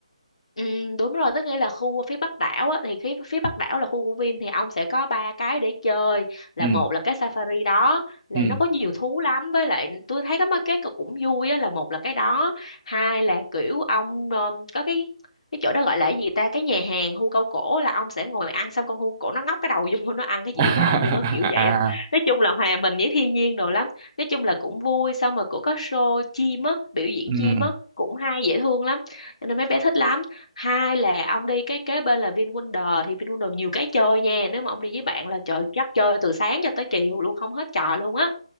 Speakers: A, on the left; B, on the right.
A: Ừ, đúng rồi, tức nghĩa là khu phía Bắc đảo á, thì phía, phía Bắc đảo là khu của Vin thì ông sẽ có ba cái để chơi là
B: ừ
A: một là cái safari đó là
B: ừ
A: nó có nhiều thú lắm với lại tôi thấy cái mấy cái cũng vui á là một là cái đó hai là kiểu ông um, có cái cái chỗ đó gọi là cái gì ta cái nhà hàng hươu câu cổ là ông sẽ ngồi ăn xong con hươu cổ nó ngóc cái đầu vô <laughs> nó ăn cái
B: <laughs>
A: dĩa của ông luôn á kiểu vậy
B: à
A: á nói chung là hòa mình với thiên nhiên đồ lắm nói chung là cũng vui xong rồi cũng có show chim á biểu diễn
B: ừ
A: chim á cũng hay dễ thương lắm cho nên mấy bé thích lắm hai là ông đi cái kế bên là VinWonder thì VinWonder nhiều cái chơi nha nếu mà ông đi với bạn là trời chắc chơi từ sáng cho tới chiều luôn không hết trò luôn á